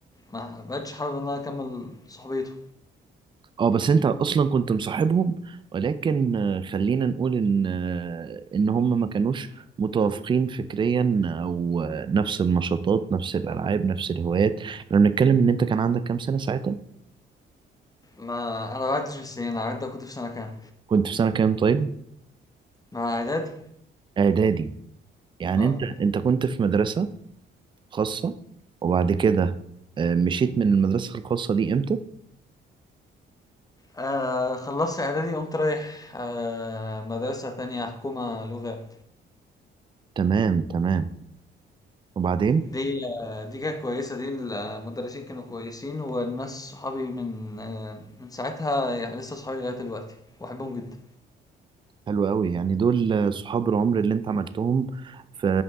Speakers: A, on the left; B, on the right.
A: ما بقتش حابب ان انا اكمل صحبيته
B: اه بس انت اصلا كنت مصاحبهم ولكن آه، خلينا نقول ان آه، ان هم ما كانوش متوافقين فكريا او آه، نفس النشاطات نفس الالعاب نفس الهوايات احنا بنتكلم ان انت كان عندك كام سنة ساعتها
A: ما انا ما بعدش في السنين انا عدى كنت في سنة كام
B: كنت في سنة كام طيب
A: مع اعدادي
B: اعدادي يعني
A: اه
B: انت انت كنت في مدرسة خاصة وبعد كده آه، مشيت من المدرسة الخاصة دي امتى
A: آه، خلصت اعدادي قمت رايح آه مدرسة تانية حكومة لغات
B: تمام تمام وبعدين
A: دي آه دي كانت كويسة دي المدرسين كانوا كويسين والناس صحابي من آه من ساعتها يعني لسه صحابي لغاية دلوقتي واحبهم جدا
B: حلو قوي يعني دول آه، صحاب العمر اللي انت عملتهم في